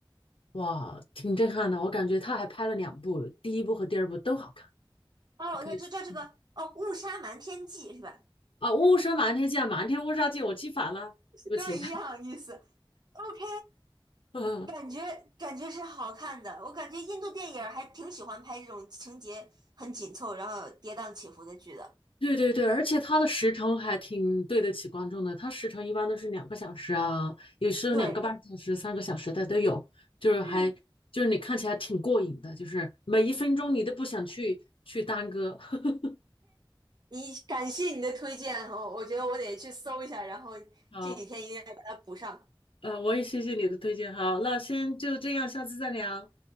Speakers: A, on the left (about 80°); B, on the right (about 50°).
A: 哇，挺震撼的，我感觉他还拍了两部，第一部和第二部都好看，
B: 哦，
A: 可以去看
B: 那就叫这个哦，误杀瞒天记是吧？
A: 啊，《误杀瞒天记》啊，《瞒天误杀记》，我记反了。对不起，
B: 都一样意思。OK，
A: 嗯，
B: 感觉感觉是好看的，我感觉印度电影儿还挺喜欢拍这种情节很紧凑，然后跌宕起伏的剧的。
A: 对对对，而且它的时长还挺对得起观众的，它时长一般都是两个小时啊，有时候两个半小时、
B: 对，
A: 三个小时的都有，就是还就是你看起来挺过瘾的，
B: 嗯，
A: 就是每一分钟你都不想去去耽搁。<laughs>
B: 你感谢你的推荐哦，我觉得我得去搜一下，然后这几天一定要把它补上。
A: 好，呃，我也谢谢你的推荐，好，那先就这样，下次再聊。